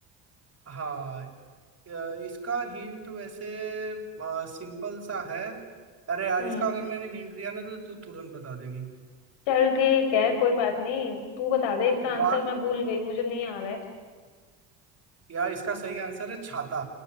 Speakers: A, on the right; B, on the left.
A: हाँ अ, इसका हिंट वैसे सिंपल सा है अरे यार
B: हम्म
A: इसका अगर मैंने हिंट दिया ना तो तू तुरंत बता देगी
B: चल ठीक है कोई बात नहीं तू बता दे इसका आंसर
A: बात
B: मैं भूल गई मुझे नहीं आ रहा है
A: यार इसका सही आंसर है छाता